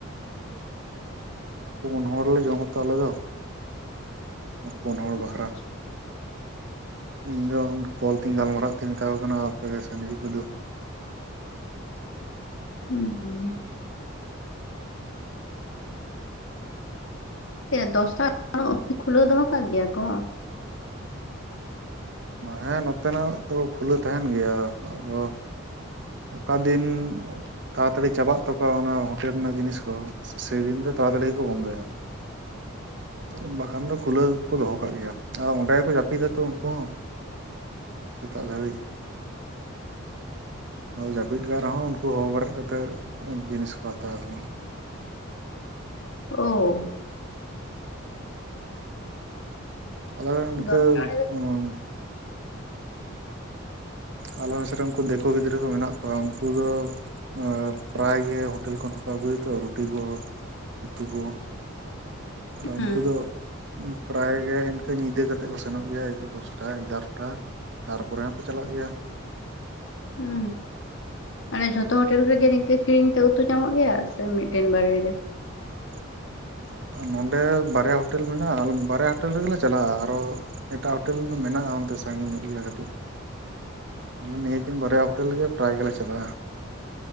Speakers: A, on the right; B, on the left.
A: ᱯᱩᱱ ᱦᱚᱲᱞᱮ ᱡᱚᱢᱟᱛᱚ ᱟᱞᱮ ᱫᱚ ᱯᱩᱱ ᱦᱚᱲ ᱵᱟᱠᱷᱨᱟ
B: ᱟᱪᱪᱷᱟ
A: <inaudible> ᱤᱧᱫᱚ ᱠᱚᱞ ᱛᱤᱧ ᱜᱟᱞᱢᱟᱨᱟᱣ ᱛᱤᱧ ᱢᱮᱛᱟ ᱠᱚ ᱠᱟᱱᱟ ᱟᱯᱮᱜᱮ ᱥᱮᱱ ᱦᱤᱡᱩᱜ ᱯᱮ ᱫᱩ <inaudible>
B: ᱦᱩᱸ ᱦᱩᱸ ᱥᱮ ᱫᱚᱥᱴᱟ <unintelligible> ᱠᱷᱩᱞᱟᱹᱣ ᱫᱚᱦᱚ ᱠᱟᱜ ᱜᱮᱭᱟ ᱠᱚ
A: ᱦᱮᱸ ᱱᱚᱛᱮᱱᱟᱜ ᱫᱚ ᱠᱷᱩᱞᱟᱹᱣ ᱛᱟᱦᱮᱱ ᱜᱮᱭᱟ ᱟᱫᱚ ᱚᱠᱟ ᱫᱤᱱ ᱛᱟᱲᱟᱛᱟᱲᱤ ᱪᱟᱵᱟᱜ ᱛᱟᱠᱚᱣᱟ ᱚᱱᱟ ᱦᱳᱴᱮᱞ ᱨᱮᱱᱟᱜ ᱡᱤᱱᱤᱥ ᱠᱚ ᱥᱮᱫᱤᱱ ᱫᱚ ᱛᱚ ᱛᱟᱲᱟᱛᱟᱲᱤ ᱜᱮ ᱠᱚ ᱵᱚᱱᱫᱚᱭᱟ ᱟᱨ ᱵᱟᱠᱷᱟᱱ ᱫᱚ ᱠᱷᱩᱞᱟᱹᱣ ᱠᱚ ᱫᱚᱦᱚ ᱠᱟᱜ ᱜᱮᱭᱟ ᱟᱨ ᱚᱸᱰᱮ ᱜᱮᱠᱚ ᱡᱟᱹᱯᱤᱫᱟ ᱛᱚ ᱩᱱᱠᱩ ᱦᱚᱸ ᱥᱮᱛᱟᱜ ᱫᱷᱟᱵᱤᱡ ᱡᱟᱹᱯᱤᱫ ᱠᱟᱜ ᱨᱮᱦᱚᱸ ᱩᱱᱠᱩ ᱦᱚᱦᱚ ᱵᱮᱨᱮᱫ ᱠᱟᱛᱮᱫ ᱡᱤᱱᱤᱥ ᱠᱚ ᱦᱟᱛᱟᱣ ᱜᱟᱱᱚᱜᱼᱟ
B: ᱳ <inaudible>
A: ᱟᱞᱮ ᱨᱮᱱ ᱤᱱᱠᱟᱹ
B: ᱫᱚᱥᱴᱟ ᱨᱮᱜᱮ
A: ᱩᱸ ᱟᱞᱮ ᱢᱮᱥ ᱨᱮ ᱩᱱᱠᱩ ᱫᱤᱠᱩ ᱜᱤᱫᱽᱨᱟᱹ ᱠᱚ ᱢᱮᱱᱟᱜ ᱠᱚᱣᱟ ᱩᱱᱠᱩ ᱫᱚ ᱩᱮᱸ ᱯᱨᱟᱭ ᱜᱮ ᱦᱳᱴᱮᱞ ᱠᱷᱚᱱ ᱠᱚ ᱟᱹᱜᱩᱭᱟᱠᱚ ᱨᱩᱴᱤ ᱠᱚ ᱩᱛᱩ ᱠᱚ ᱛᱟᱦᱞᱮ
B: ᱦᱩᱸ
A: ᱩᱱᱠᱩ ᱫᱚ ᱯᱨᱟᱭ ᱜᱮ ᱤᱱᱠᱟᱹ ᱧᱤᱫᱟᱹ ᱠᱟᱛᱮᱮᱫ ᱠᱚ ᱥᱮᱱᱚᱜ ᱜᱮᱭᱟ ᱫᱚᱥᱴᱟ ᱮᱜᱟᱨᱚᱴᱟ ᱛᱟᱨᱯᱚᱨᱮ ᱦᱚᱸᱠᱚ ᱪᱟᱞᱟᱜ ᱜᱮᱭᱟ
B: ᱦᱩᱸ ᱢᱟᱱᱮ ᱡᱷᱚᱛᱚ ᱦᱳᱴᱮᱞ ᱨᱮᱜᱮ ᱱᱤᱱᱠᱟᱹ ᱠᱤᱨᱤᱧ ᱛᱮ ᱩᱛᱩ ᱧᱟᱢᱚᱜ ᱜᱮᱭᱟ ᱥᱮ ᱢᱤᱫᱴᱮᱱ ᱵᱟᱨᱭᱟ ᱜᱮ
A: <inaudible> ᱱᱚᱸᱰᱮ ᱵᱟᱨᱭᱟ ᱦᱳᱴᱮᱞ ᱢᱮᱱᱟᱜᱼᱟ ᱵᱟᱨᱭᱟ ᱦᱳᱴᱮᱞ ᱨᱮᱜᱮᱞᱮ ᱪᱟᱞᱟᱜᱼᱟ ᱟᱨᱚ ᱮᱴᱟᱜ ᱦᱳᱴᱮᱞ ᱢᱮᱱᱟᱜᱼᱟ ᱚᱱᱛᱮ ᱥᱟᱺᱜᱤᱧ ᱧᱚᱜ ᱜᱮᱭᱟ ᱠᱟᱹᱴᱤᱡ ᱟᱞᱮ ᱱᱤᱭᱟᱹᱠᱤᱱ ᱵᱟᱨᱭᱟ ᱦᱳᱴᱮᱞ ᱜᱮ ᱯᱨᱟᱭ ᱜᱮᱞᱮ ᱪᱟᱞᱟᱜᱼᱟ